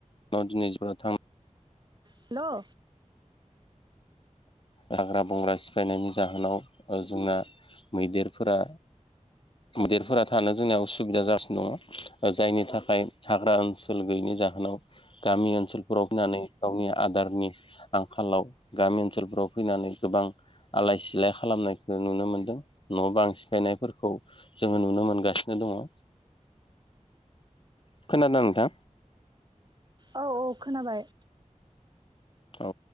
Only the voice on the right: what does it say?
हेलौ
औ औ खोनाबाय।